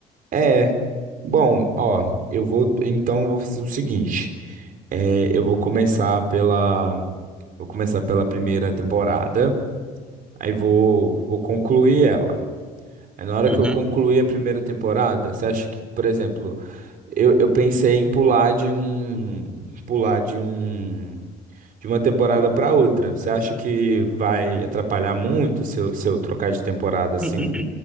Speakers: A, on the right; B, in the centre.
A: É, bom, ó, eu vou, então, eu vou fazer o seguinte. É, eu vou começar pela, vou começar pela primeira temporada, aí vou, vou concluir ela. Aí na hora
B: Uhum.
A: que eu concluí a primeira temporada, você acha que, por exemplo, eu, eu pensei em pular de um, pular de um, de uma temporada para outra. Você acha que vai atrapalhar muito se eu, se eu trocar de temporada assim?
B: N- n-